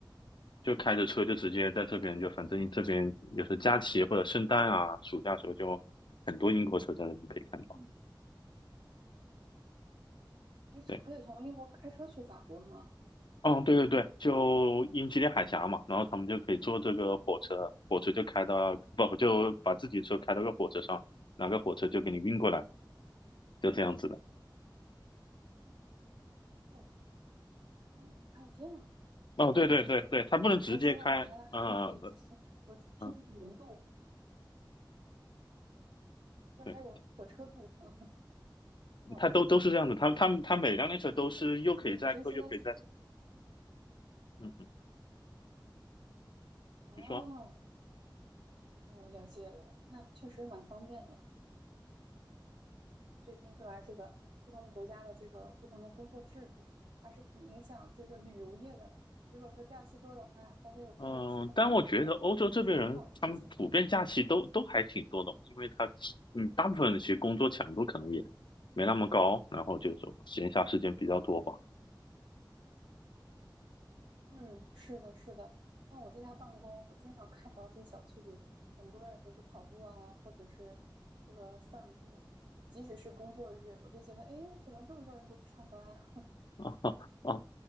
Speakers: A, on the left; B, on the right.
A: 就开着车就直接在这边，就反正这边也是假期或者圣诞啊、
B: 嗯，
A: 暑假的时候，就很多英国车在那边可以看到。
B: 嗯，也许可以从英国开车去法国吗？
A: 对，嗯，对对对，就英吉利海峡嘛，然后他们就可以坐这个火车，火车就开到，不，就把自己车开到个火车上，哪个火车就给你运过来，就这样子的。
B: 哦，哦，还有这样啊。
A: 哦，对对对对，
B: 嗯哦，
A: 它不能直接开，
B: 我才知道原来还可以，
A: 嗯嗯。
B: 就是我听过轮渡，
A: 嗯
B: 就还有火车渡。
A: 对。
B: <laughs> 好的，
A: 他都都是这样的，他他他每辆列车都是又可以载客又可以载，
B: 那你平时的
A: 嗯嗯，
B: 啊，
A: 你说，
B: 哦，哦了解了，那确实蛮方便的。所以听出来这个不同国家的这个不同的工作制度，还是挺影响这个旅游业的。如果说假期多的话，大家有更多的时间去旅游，
A: 嗯，但我觉得欧洲这边人他们普遍假期都都还挺多的，
B: 也是挺好的事情。嗯，
A: 因为他嗯大部分人其实工作强度可能也没那么高，然后就是说闲暇时间比较多吧。
B: 嗯，是的，是的。像我在家办公，我经常看到这个小区里很多人都跑步啊，或者是这个散步。即使是工作日，我就觉得，哎，诶怎么这么多人都不上班啊？
A: <laughs> 啊哦，